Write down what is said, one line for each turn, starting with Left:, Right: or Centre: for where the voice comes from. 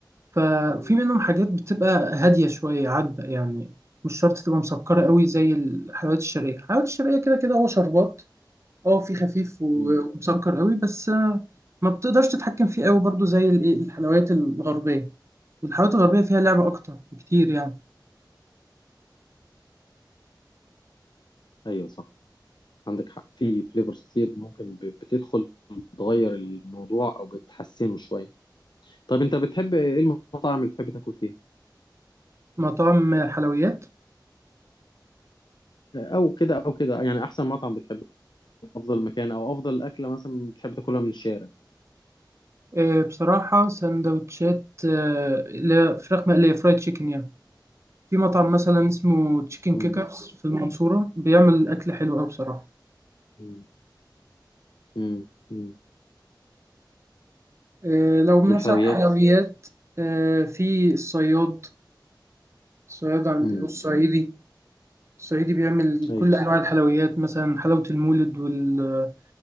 Right: ففي
Left: مم.
Right: منهم حاجات بتبقى هاديه شويه عذبه يعني مش شرط تبقى مسكره قوي زي الحلويات الشرقيه الحلويات الشرقيه كده كده هو شربات اه في خفيف و-
Left: مم.
Right: ومسكر قوي بس آه، ما بتقدرش تتحكم فيه قوي برضو زي الايه الحلويات الغربيه والحلويات الغربيه فيها لعبه اكتر بكتير يعني
Left: ايوه صح عندك حق في فليفرز كتير ممكن ب- بتدخل بتغير الموضوع او بتحسنه شويه طب انت بتحب ايه المطاعم اللي بتحب تاكل فيه
Right: مطاعم حلويات
Left: او كده او كده يعني احسن مطعم بتحب أفضل مكان أو أفضل أكلة مثلا بتحب تاكلها من الشارع
Right: آه، بصراحة سندوتشات آه، اللي هي فراخ مقلية فرايد تشيكن يعني في مطعم مثلا اسمه تشيكن
Left: امم
Right: كيكرز في المنصورة بيعمل أكل حلو أوي بصراحة
Left: امم امم امم
Right: آه، لو مثلا
Left: والحلويات
Right: حلويات آه، في الصياد الصياد عند
Left: امم
Right: الصعيدي الصعيدي بيعمل
Left: أيوه
Right: كل أنواع الحلويات مثلا حلاوة المولد وال-